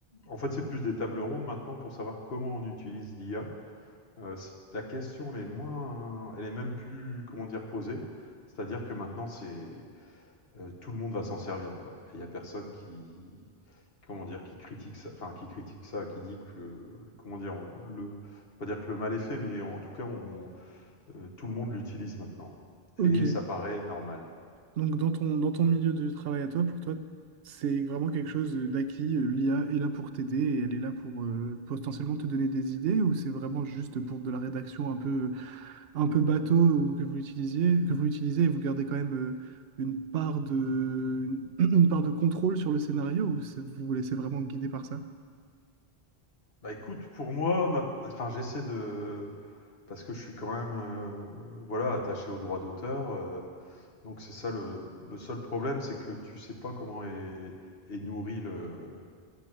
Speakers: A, on the left; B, on the right.
A: En fait, c'est plus des tables rondes maintenant pour savoir comment on utilise l'IA. Heu, c la question elle est moins elle est même plus, comment dire, posée. C'est-à-dire que maintenant c'est euh, tout le monde va s'en servir, quoi. Et il n'y a personne qui, comment dire, qui critique ça, enfin, qui critique ça, qui dit que, comment dire, on- le, je vais pas dire que le mal est fait, mais en tout cas, on, euh, tout le monde l'utilise maintenant.
B: Ok,
A: Et ça paraît normal.
B: Donc, dans ton, dans ton milieu de travail à toi, pour toi, c'est vraiment quelque chose d'acquis. euh, L'IA est là pour t'aider et elle est là pour euh, potentiellement te donner des idées ou c'est vraiment juste pour de la rédaction un peu, un peu bateau ou que vous utilisiez, que vous utilisez et vous gardez quand même euh, une part de, une, <clears throat> une part de contrôle sur le scénario ou c'est- vous vous laissez vraiment guider par ça?
A: Bah écoute, pour moi, ma- enfin, j'essaie de, parce que je suis quand même, euh, voilà, attaché aux droits d'auteur. euh, donc c'est ça le, le seul problème, c'est que tu sais pas comment est, est nourri le,